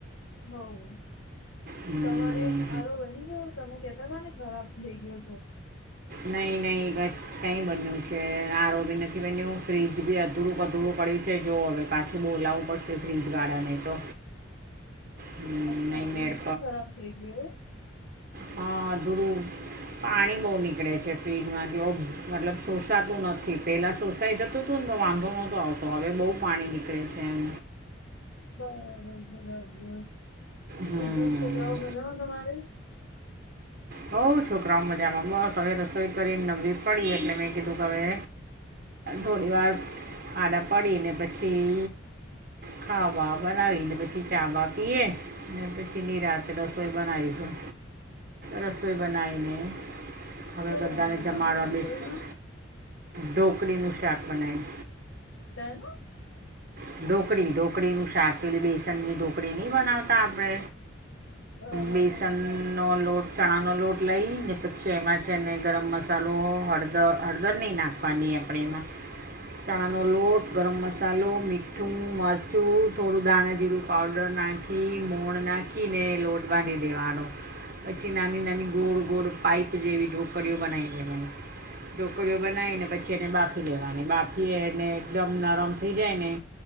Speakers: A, on the left; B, on the right.
A: હવ
B: હમ
A: તમારે આરો બની ગયો તમે કેતા હતા ને ખરાબ થઈ ગયો તો.
B: નઈ નઈ ભાઈ. કઈ બન્યું છે આરો બી નથી બન્યું ફ્રીજ બી અધરું પધુરું પડ્યું છે જો હવે. પાછું બોલાવવું પડશે ફ્રીજવાળાને તો. હમ,
A: અચ્છા
B: નહીં
A: ફ્રીજ
B: મેળ
A: ભી ખરાબ થઈ ગયું એવું.
B: હ અધૂરું પાણી બહુ નીકળે છે ફ્રીજમાં જે મતલબ શોષાતું નથી પેલા શોષાઈ જતું. તું તો વાંધો નહોતો આવતો હવે બહુ પાણી નીકળે છે એમ
A: બરાબર બરાબર
B: હમ
A: બીજું છોકરાઓ મજા માં તમારે.
B: હવ છોકરાઓ મજામાં બસ હવે રસોઈ કરીને નવરી પડી એટલે મેં કીધું હવે થોડી વાર આડા પડી ને પછી ખાવા બાવા બનાવીને પછી ચા બા પીએ. ને પછી નિરાંતે રસોઈ બનાવીશું. રસોઈ બનાવીને હવે
A: શું
B: બધાને
A: બનાવ્યું
B: જમાડવા
A: તમે રસોઈમાં
B: બેસી ઢોકળી નું શાક બનાયું.
A: શેનું.
B: હ <inaudible> ઢોકળી ઢોકળીનું શાક પેલી બેસનની ઢોકળી નહી બનાવતા આપણે
A: બરાબર
B: બેસન નો લોટ ચણાનો લોટ લય ને પછી એમાં છે ને ગરમ મસાલો હળદર હળદર નહીં નાખ, નાખવાની આપણે એમાં, ચણાનો લોટ ગરમ મસાલો મીઠું મરચું થોડું દાણા જીરું પાવડર, નાખીને, મોણ નાખીને લોટ બાંધ દેવાનો, પછી નાની નાની ગોળ ગોળ પાઈપ જેવી ઢોકળીઓ બનાવી, ઢોકળીઓ બનાવી ને પછી એને બાફી લેવાની બાફીને એકદમ નરમ થઈ જાય ને,